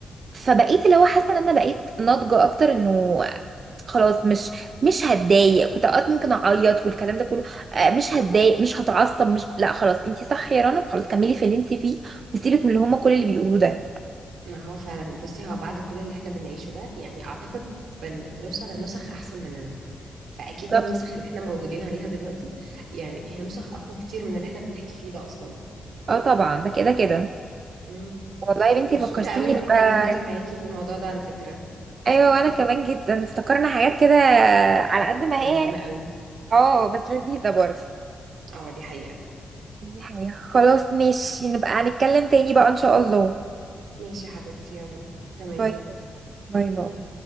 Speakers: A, on the right (about 40°); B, on the right (about 80°).
A: فبقيت اللي هو حاسه ان انا بقيت ناضجه اكتر انه خلاص مش مش هتضايق كنت اوقات ممكن اعيط والكلام ده كله آه، مش هتضايق مش هتعصب مش لا خلاص انتي صح يا رنا خلاص كملي في اللي انتي فيه وسيبك من اللي هما كل اللي بيقولوه ده
B: ما هو فعلا بصي هو بعد كل اللي احنا بنعيشه ده يعني اعتقد بن... بنوصل لنسخ احسن مننا فاكيد
A: بالظبط
B: النسخ اللي احنا موجودين عليها دلوقتي يعني هي نسخ اقوى كتير من اللي احنا بنحكي فيه ده اصلا
A: اه طبعا ده كده كده
B: امم
A: والله يا بنتي
B: مبسوطة
A: فكرتيني
B: قوي اني
A: بقى
B: اتكلمت معاكي في الموضوع ده على فكرة
A: ايوه وانا كمان جدا افتكرنا حاجات كده على قد ما
B: قديمة
A: هي يعني
B: قوي
A: اه بس لذيذه برضه
B: اه دي حقيقة
A: دي حقيقة. خلاص ماشي نبقى هنتكلم تاني بقى ان شاء الله
B: ماشي يا حبيبتي يلا تمام
A: باي باي باي
B: باي
A: باي